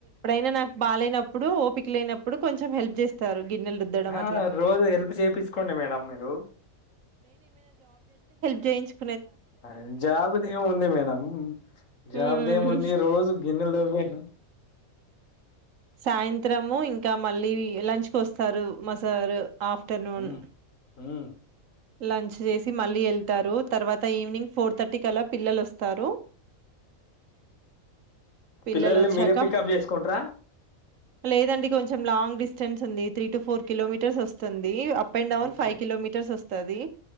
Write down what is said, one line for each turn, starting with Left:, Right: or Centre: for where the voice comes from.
Right: ఈ నాకు బాలేనప్పుడు ఓపిక లేనప్పుడు కొంచెం హెల్ప్ చేస్తారు గిన్నెలు రుద్దడం
Left: ఆ
Right: అట్లా
Left: రోజు హెల్ప్ చేపించుకోండి మేడం మీరు
Right: చేయించు
Left: ఆ జాబు దేముంది మేడం జాబుదేముంది
Right: ఉమ్
Left: రోజు గిన్నెలు తోమి
Right: సాయంత్రము ఇంకా మళ్ళీ లంచ్ కు వస్తారు మా సారు ఆఫ్టర్నూన్
Left: హ్మ్. హ్మ్.
Right: లంచ్ చేసి మళ్ళీ వెళ్తారు తర్వాత ఈవినింగ్ ఫోర్ థర్టీ కలా పిల్లలు వస్తారు పిల్లలు
Left: పిల్లల్లు
Right: వచ్చాక
Left: మీరే పికప్ చేసుకుంటర
Right: లేదండి కొంచెం లాంగ్ డిస్టెన్స్ ఉంది త్రీ టు ఫోర్ కిలోమీటర్స్ వస్తుంది up and down
Left: okay
Right: five kilometres వస్ తది